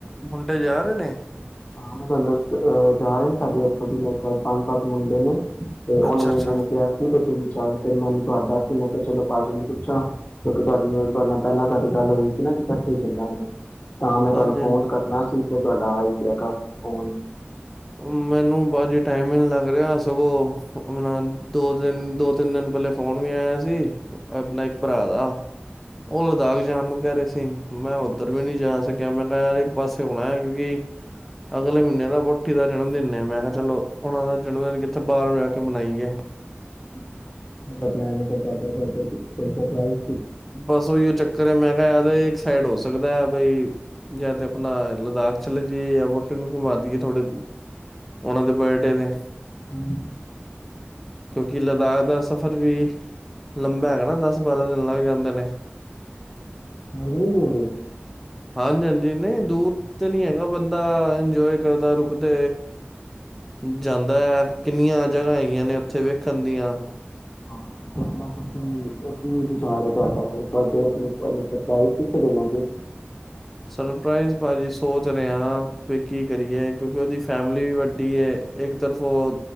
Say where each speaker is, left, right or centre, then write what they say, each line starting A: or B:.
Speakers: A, in the centre; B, on the left.
A: ਮੁੰਡੇ ਜਾ ਰਹੇ ਨੇ
B: ਹਾਂ ਮੈਂ ਤੁੰ ਦਤਹ ਜਾ ਰਹੇ ਨੇ ਸਾਡੇ ਉੱਥੋਂ ਦੀ ਮੇਰੇ ਖਲ ਪੰਜ ਪੰਜਤ ਮੁੰਡੇ ਨੇ ਤੇ ਉਹਨਾਂ
A: ਅੱਛਾ-ਅੱਛਾ।
B: ਨੇ ਮੈਨੂੰ ਕਿਹਾ ਕੀ ਬ ਤੂੰ ਵੀ ਚੱਲ ਫਿਰ ਮੈਨੂੰ ਤੁਹਾਡਾ ਸੀ ਮੈਂ ਚਲੋ ਪਟੀ ਨੂੰ ਪੁੱਛਾਂ ਕਿਉਂਕਿ ਤੁਹਾਡੇ ਨਾਲ ਪਹਿਲਾਂ ਸਾਡੀ ਗੱਲ ਹੋਈ ਸੀ ਨਾ ਕਿ ਇਕੱਠੇ ਹੀ ਚੱਲਾਂਗੇ ਤਾਂ ਮੈਂ ਤੁਹਾਨੂੰ
A: ਹਾਂਜੀ,
B: ਫੋਨ
A: ਹਾਂਜੀ।
B: ਕਰਨਾ ਸੀ ਤੁਹਾਡਾ ਗਿਆ ਗਾ ਫ਼ੋਨ
A: ਮੈਨੂੰ ਬਾਜ ਟਾਈਮਿੰ ਲੱਗ ਰਿਹਾ ਸਗੋਂ ਆਪਣਾ ਦੋ ਦਿਨ ਦੋ ਤਿੰਨ ਦਿਨ ਪਹਿਲੇ ਫੋਨ ਵੀ ਆਇਆ ਸੀ ਆਪਣਾ ਇੱਕ ਭਰਾ ਦਾ ਉਹ ਲਦਾਖ ਜਾਣ ਨੂੰ ਕਹਿ ਰਹੇ ਸੀ ਮੈਂ ਉੱਧਰ ਵੀ ਨਹੀਂ ਜਾ ਸਕਿਆ ਮੈਂ ਕਿਹਾ ਯਾਰ ਇੱਕ ਪਾਸੇ ਹੋਣਾ ਹੈ ਕਿਉਂਕਿ ਅਗਲੇ ਮਹੀਨੇ ਦਾ ਵਹੁਠੀ ਦਾ ਜਨਮ ਦਿਨ ਨੇ ਮੈਂ ਕਿਹਾ ਚਲੋ ਉਹਨਾਂ ਦਾ ਜਨਮ ਦਿਨ ਕਿੱਥੇ ਬਾਹਰ ਜਾ ਕੇ ਮਨਾਈ ਹੈ
B: ਪ ਪਸਾ ਪਲਾਈ
A: ਬਸ ਉਹੀਓ ਚੱਕਰ ਹੈ ਮੈਂ ਇੱਕ ਸਾਈਡ ਹੋ ਸਕਦਾ ਹੈ ਬਈ ਜਾਂ ਤੇ ਆਪਣਾ ਲਦਾਖ ਚਲੇ ਜਾਈਏ ਜਾਂ ਵਹੁਟੇ ਨੂੰ ਘੁਮਾ ਦੀਈਏ ਥੋੜੇ ਉਹਨਾਂ ਦੇ ਬੇਟੇ ਤੇ
B: ਹਮ
A: ਕਿਉਂਕਿ ਲਦਾਖ ਦਾ ਸਫ਼ਰ ਵੀ ਲੰਬਾ ਹੈਗਾ ਨਾ ਦਸ ਬਾਰਾਂ ਦਿਨ ਲੱਗ ਜਾਂਦਾ ਹਦ ਨੇੇ
B: ਬੜਨੀ ਦੂਰ
A: ਹਾਂਜੀ ਹਾਂਜੀ ਨਹੀਂ ਦੂਰ ਤੇ ਨਹੀਂੀ ਹੈਗਾ ਬੰਦਾ ਇੰਜੋਏ ਕਰਦਾ ਰੁਕਦੇ ਜਾਂਦਾ ਹੈ ਕਿੰਨੀਆਂ ਜਗ੍ਹਾ ਹੈਗੀਆਂ ਨੇ ਉੱਥੇ ਵੇਖਣ ਦੀਆਂ
B: ਹਾਂ ਤੁਸੀ ਤੁ ਕੀ ਵਿਚਾਰ ਹੋ ਤੁਹਾਡਾ ਫਡ ਕਿੱਥੇ ਦੇਣਾ ਜੇ
A: ਸਰਪ੍ਰਜ਼ ਭਾਜੀੀ ਸੋਚ ਰਿਹਾ ਵੀ ਕੀ ਕਰੀਏ ਕਿਉਂਕਿ ਉਹਦੀ ਫੈਮਿਲੀ ਵੀ ਵੱਡੀ ਹੈ ਇੱਕ ਤਰਫ ਉਹ